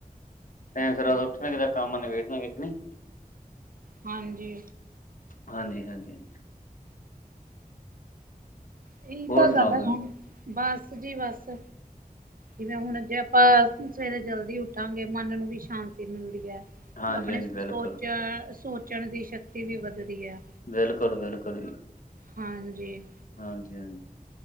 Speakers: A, on the left; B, on the right.
A: ਟੈਮ ਸਿਰ ਆਪਦਾ ਉਠਣਗੇ ਤੇ ਕੰਮ ਨਿਬੇੜਨਗੇ, ਕਿ ਨਈਂ
B: ਹਾਂਜੀ।
A: ਹਾਂਜੀ- ਹਾਂਜੀ
B: ਏਹੀ
A: ਹੋਰ
B: ਤਾਂ
A: ਸੁਣਾਓ
B: ਗੱਲ ਐ
A: ਕੋਈ
B: ਹੁਨ ਬਸ ਜੀ ਬਸ। ਜਿਵੇਂ ਹੁਨ ਜੇ ਆਪਾਂ ਸਵੇਰੇ ਜਲਦੀ ਉੱਠਾਂਗੇ ਮਨ ਨੂੰ ਵੀ ਸ਼ਾਂਤੀ ਮਿਲਦੀ ਐ।
A: ਹਾਂਜੀ-ਹਾਂਜੀ
B: ਆਪਣੇ
A: ਬਿਲਕੁਲ
B: ਸੋਚ
A: ਬਿਲ
B: ਸੋਚਣ ਦੀ ਸ਼ਕਤੀ ਵੀ ਵੱਧਦੀ ਹੈ।
A: ਬਿਲਕੁਲ -ਬਿਲਕੁਲ ਜੀ
B: ਹਾਂਜੀ
A: ਹਾਂਜੀ- ਹਾਂਜੀ!